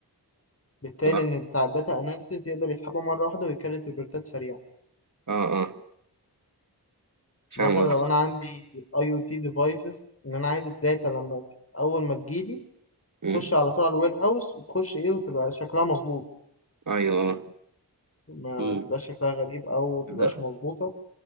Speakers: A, on the left; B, on the right.
A: بالتالي
B: اه
A: إن بتاع الداتا أناليسيز يقدر يسحبها مرة واحدة ويكرر ريبورتات سريعة
B: اه آه. فاهم
A: مثلا
B: قصدي
A: لو انا عندي اي او تي ديفايسز ان انا عايز الداتا لما ت- اول ما تجيلي تخش
B: مم.
A: على طول على الوير هاوس وتخش ايه وتبقى شكلها مظبوط
B: ايوه آه.
A: ما
B: مم.
A: تبقاش شكلها غريب او تبقاش
B: ده
A: مظبوطه